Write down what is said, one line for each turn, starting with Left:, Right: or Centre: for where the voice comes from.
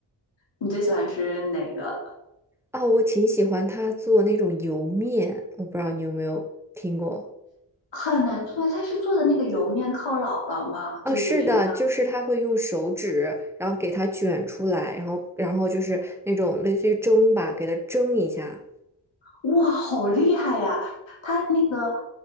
Left: 你最喜欢吃哪个？
Centre: 啊，我挺喜欢他做那种油面，我不知道你有没有听过。
Left: 很难做的，他是做的那个油面靠姥姥吗？
Centre: 啊，
Left: 就是淋的，
Centre: 是的，就是他会用手指，然后给它卷出来，然后，然后就是那种类似于蒸吧，给它蒸一下。
Left: 哇，好厉害呀！他那个，